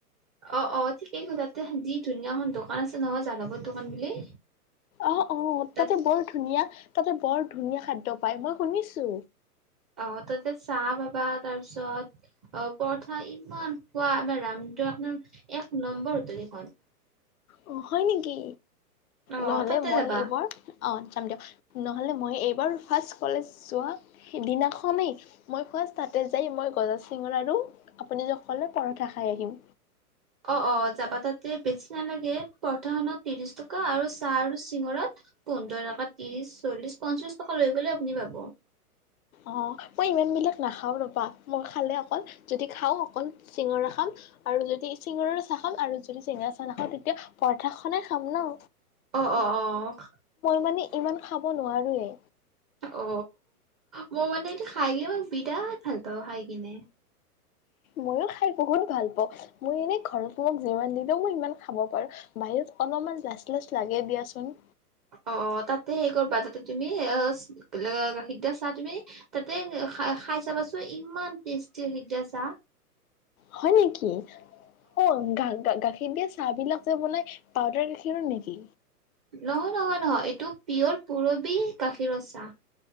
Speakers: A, on the right; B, on the left.
A: অহঁ অহঁ ঠিকেই কৈচাঁ তে যি ধুনীয়া এখন দোকান আছে নহয়, যাদৱৰ দোকান বুলি
B: অঁ অঁ
A: তাত
B: তাতে বৰ ধুনীয়া তাতে বৰ ধুনীয়া খাদ্য পায় মই শুনিছো।
A: অ তাতে চাহ পাবা তাৰপিছত অ পৰঠা ইমান খোৱা আমাৰ ৰামটো আপোনাৰ এক নম্বৰ হোটেল এখন
B: অ হয় নেকি
A: অ
B: নহ'লে
A: তাতে
B: মই
A: যাবা
B: এইবোৰ অ দিয়ক নহ'লে মই এইবাৰ ফাৰ্ষ্ট কলেজ যোৱা সিদিনাখনেই মই ফাৰ্ষ্ট তাতে যাই মই গৈ আছো চিঙৰা আৰু আপুনি যে খালে পৰঠা খাই আহিম
A: অ অ যাবা তাতে, বেছি নালাগে পৰথাখনত ত্ৰিশ তোকা আৰু চাহ আৰু চিঙৰাত পোন্ধৰ টকা ত্ৰিশ চল্লিশ পঞ্চাঁশ টকা লৈ গলেই আপুনি পাব
B: অ মই ইমান বিলাক নাখাওঁ খাওঁ ৰ'বা মই খালে অকল যদি খাওঁ অকল চিঙৰা খাম আৰু যদি চিঙৰাৰ চাহ খাম আৰু যদি চিঙৰা চাহ নাখাওঁ তেতিয়া পৰঠাখনে খাম নহ
A: অহঁ অহঁ অহঁ
B: মানে ইমান খাব নোৱাৰোৱেই
A: অ মই মানে এটো খাই কিনে বিৰাট ভাল পাওঁ খাই কিনে
B: মইও খাই বহুত ভাল পাওঁ মই মানে ঘৰত তোমাক যিমান দিলো মই সিমান খাব পাৰো বাহিৰত অলপমান লাজ লাজ লাগে দে দিয়াচোন
A: অ তাতে হেই কৰা তাতে তুমি গাখীৰ দিয়া চাহ তুমি তাতে খাই চাবা চোন ইমান টেষ্টি গাখীৰ দিয়া চাহ
B: হয় নেকি অ গা গা গাখীৰ কিন্তু চাহ বিলাক যে বনাই পাউদাৰ গাখীৰৰ নেকি?
A: নহয় নহয় নহয় এইটো। পিয়ৰ পুৰবি গাখীৰৰ চাহ